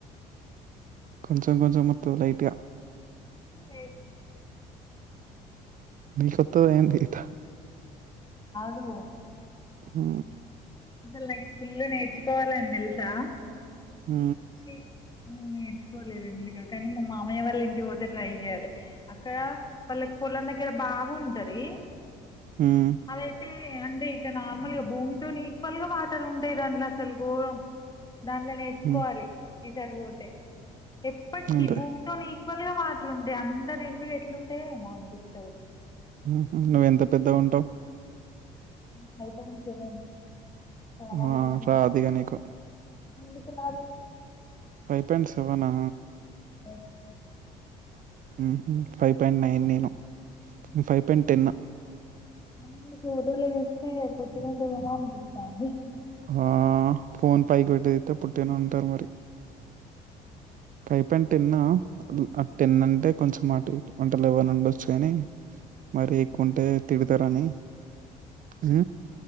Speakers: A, on the right; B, on the left.
A: కొంచం కొంచం మత్తులైదిగా
B: నేర్చుకున్నా
A: నీకొత్తదేంటి ఈత
B: ను
A: ఉ
B: అసలు నాకు ఫుల్లు నేర్చుకోవాలని తెలుసా
A: ఊ
B: ఛీ నేర్చుకోలేదు ఎందుకొ కానీ మా మామయ్య వాళ్ళ ఇంటికి పోతే ట్రై చేయ్యాలి అక్కడ పల్లకి పొలం దగ్గర బావి ఉంటది
A: మ్మ్
B: అదైతే అంటే ఇట్ట నార్మల్ గా భూమితో ని ఈక్వల్ గా వాటర్ ఉంటాయి దాంట్లో అసలు ఘోరం దాంట్లో నేర్చుకోవాలి
A: మ్మ్
B: ఈసరిపోతే ఎప్పటికీ
A: అంతే
B: భూమితో నీ ఇక్వల్ గా వాటర్ ఉంటయి అంద రెండు ఎట్లు ఉంటయో ఏమో అనిపిస్తది
A: ఉహు నువ్వెంత పెద్దగుంటావ్
B: ఫైవ్ పాయింట్ సెవెన్ చాలా
A: ఆ
B: హైట్ ఉంటా
A: రాదు ఇగ నీకు
B: ఎందుకు ఉన్నారు
A: ఫైవ్ పాయింట్ సెవెనా
B: లే
A: ఉహు ఫైవ్ పాయింట్ నైన్ నేను నువ్ ఫైవ్ పాయింట్ టెన్
B: నేను ఫోటోలో చూస్తే పొట్టికుంటావేమో అనిపిస్తాంది
A: ఆ ఫోన్ పైకి పెట్టి దిగితే పొట్టిగనే ఉంటారు మరి ఫైవ్ పాయింట్ టెన్ ఆ టెన్ అంటే కొంచెం మటు ఇటు అంటె లెవెన్ ఉండొచ్చు గానీ మరి ఎక్కువంటే తిడతరని ఉ